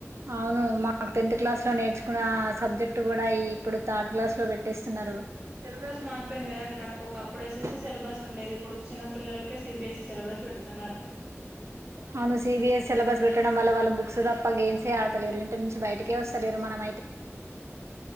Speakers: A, on the right (about 65°); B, on the right (about 30°).
A: అవును మాకు టెన్త్ క్లాస్ లో నేర్చుకున్న ఆ సబ్జెక్ట్ గుడా ఇ ఇప్పుడు థర్డ్ గ్లాస్ లో బె ట్టెస్తున్నారు సిలబస్
B: మారిపోయింది కదండి మనకు ఒకప్పుడు ఎస్ఎస్సి
A: <inaudible>
B: సిలబస్ ఉండేదిప్పుడు చిన్న పిల్లలకే సిబిఎస్ఈ సిలబస్ పెడుతున్నారు
A: అవును సిబిఎస్ సిలబస్ బెట్టడం వల్ల వాళ్ళ బుక్స్ దప్ప గేమ్సే ఆడతలేరు ఇంటి నుంచి బయటకే వస్తలేరు మనం